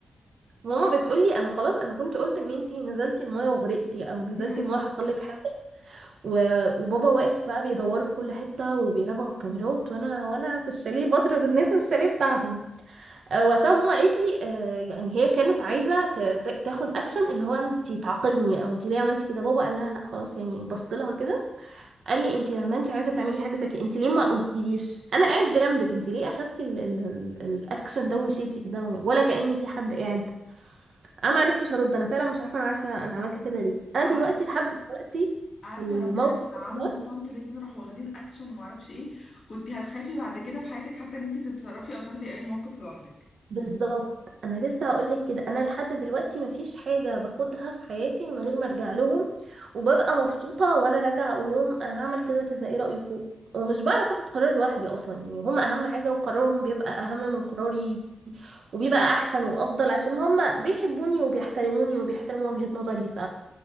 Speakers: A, on the right; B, on the left.
A: ماما بتقول لي انا خلاص انا كنت قلت ان انتي نزلتي المايه وغرقتي او نزلتي
B: يا عيني
A: المايه حصل لك و- وبابا واقف بقى بيدوروا في كل حتة وبيراجعوا الكاميرات وانا وانا في الشاليه بطرد الناس من الشاليه بتاعهم آه، وقتها ماما قالت لي آه، يعني هي كانت عايزة ت- ت- تاخد اكشن اللي هو انتي تعاقبني او انتي ليه عملتي كده بابا قال لها لا خلاص يعني بصت لها كده قال لي انتي لما انتي عايزة تعملي حاجة زي كده انتي ليه ما قلتيليش انا قاعد جنبك انتي ليه اخدتي ال- ال- ال- الاكشن ده ومشيتي كده ولا كأني في حد قاعد انا ما عرفتش ارد انا فعلا مش عارفه انا عارفه انا عملت كده ليه انا
B: عارفة
A: دلوقتي لحد دلوقتي
B: عارفه
A: الموقف
B: لو كان عم
A: ده
B: وطنط الاتنين راحوا واخدين اكشن ومعرفش ايه كنت هتخافي بعد كده في حياتك حتى ان انت تتصرفي او تاخدي اي موقف لوحدك
A: بالظبط انا لسه هقول لك كده انا لحد دلوقتي مفيش حاجه باخدها في حياتي من غير ما ارجع لهم وببقى مبسوطه وانا راجعه اقول لهم انا هعمل كذا كذا ايه رايكم ومش بعرف اخد قرار لوحدي اصلا يعني هم اهم حاجه وقرارهم بيبقى اهم من قراري وبيبقى احسن وافضل عشان هم بيحبوني وبيحترموني وبيحترموا وجهه نظري ف